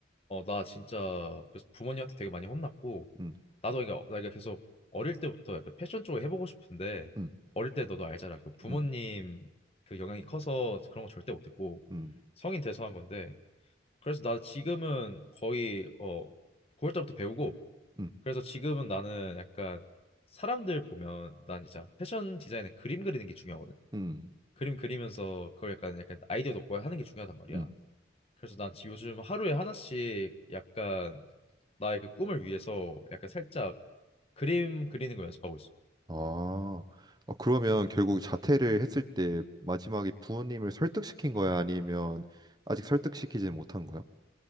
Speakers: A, on the left (about 30°); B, on the right (about 20°).
A: 어 나 진짜 그래서 부모님한테 되게 많이 혼났고
B: 음,
A: 나도 이게 나 이게 계속 어릴 때부터 약간 패션 쪽을 해보고 싶은데
B: 음,
A: 어릴 때 너도 알잖아 그 부모님
B: 음,
A: 그 영향이 커서 그런 거 절대 못했고
B: 음,
A: 성인 돼서 한 건데 그래서 나 지금은 거의 어 9월 때부터 배우고
B: 음,
A: 그래서 지금은 나는 약간 사람들 보면 난 진짜 패션 디자인은 그림 그리는 게 중요하거든
B: 음,
A: 그림 그리면서 그걸 약간 약간 아이디어 얻고 하는 게 중요하단 말이야
B: 음,
A: 그래서 난 지- 요즘 하루에 하나씩 약간 나의 그 꿈을 위해서 약간 살짝 그림 그리는 걸 연습하고 있어.
B: 아, 아, 그러면 결국 자퇴를 했을 때 마지막에 부모님을 설득시킨 거야? 아니면 아직 설득시키지 못한 거야?